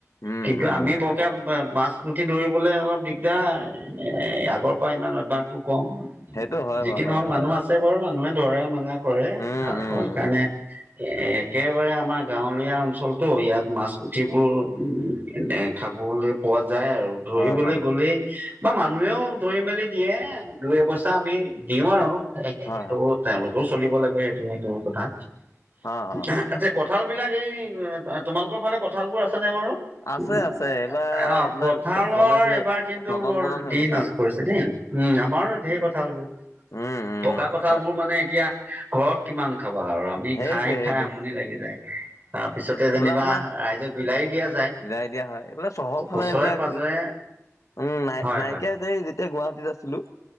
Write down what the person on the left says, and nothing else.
উম
উম
সেইটো হয়
বাৰু
হয় হয়
উম
উম
উম
হয় হয়
হয় হয়
অ অ
আছে আছে এইবাৰ আপোনাৰ
ফলে ফুলে
নদন
বদন হৈ
গৈছে।
উম উম
বা
সেইটোৱে
সেইটোৱে
এইবিলাক
আপোনাৰ
বিলাই দিয়া হয় এইবিলাক চহৰৰ ফালে
এইবিলাক
উম নাই
নাইকিয়া
যে যেতিয়া গুৱাহাটীত আছিলো